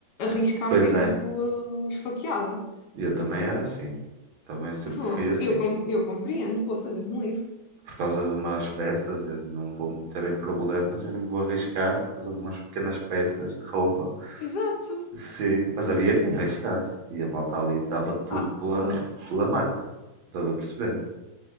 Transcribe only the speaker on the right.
Pois
é,
eu também era assim. Também sempre
fui assim.
por causa de umas peças, eu não vou meter em problemas, eu não me vou arriscar por causa de umas pequenas peças de roupa.
Sim, mas havia quem arriscasse e a malta ali dava tudo
pela,
pela marca, toda a perceber.